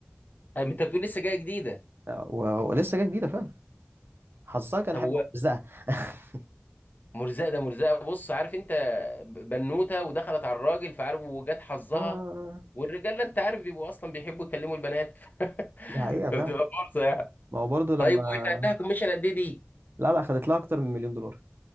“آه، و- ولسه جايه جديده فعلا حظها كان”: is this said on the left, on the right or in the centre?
Right